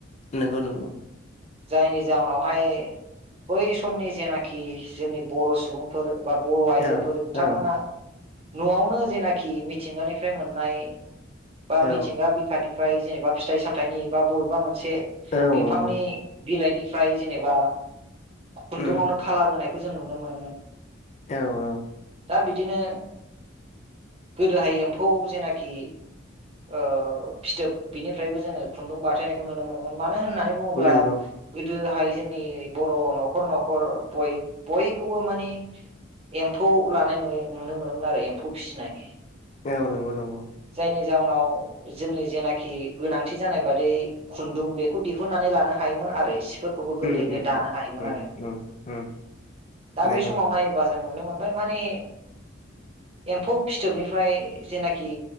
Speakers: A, on the left (about 35°); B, on the right (about 30°).
A: नंगौ नंगौ
B: जायनि जाहोनावहाय बै समनि जेनाखि जोंनि बर' सुबुंफोर। बा बर' आइजोफोर
A: औ
B: बिथांमोना
A: औ
B: न'आवनो जेनाखि मिथिंगानिफ्राय मोननाय। बा
A: औ
B: मिथिंगा बिखनिफ्राय जेनेबा फिथाइ सामथाइनि बा बबेबा मोन मोनसे
A: औ
B: बिफांनि
A: औ
B: बिलाइनिफ्राय जेनेबा खुन्दुंआवनो
A: उम
B: खाालार होनायखौ जों नुनो मोनोमोन।
A: औ औ
B: दा बिदिनो गोदोहाय एम्फौ जेनाखि ओ फिथोब बिनिफ्रायबो जोंङो खुन्दुं बाथायनायखौ नुनो मोनोमोन मा मानो होननानै बुङोब्ला
A: नंगौ
B: गोदोहाय जोंनि बर' न'खर न'खर बय-बयखौबो माने एम्फौ लानाय नुयो नुनो मोनोमोन आरो एम्फौ फिसिनाय
A: औ नंगौ नंगौ।
B: जायनि जाउनाव जोंनि जेनाखि गोनांथि जानाय बादियै खुन्दुं बेखौ दिहुननानै लानो हायोमोन। आरो सिफोरखौबो
A: उम
B: गोरलैयैनो
A: उम
B: दानो
A: उम
B: हायोमोन
A: उम
B: आरो
A: उम उम
B: दा
A: नंगौ
B: बे समाव नायोबा जों। नुनो मोनबाय माने।
A: <inaudible>
B: एम्फौ फिथोबनिफ्राय जेनाखि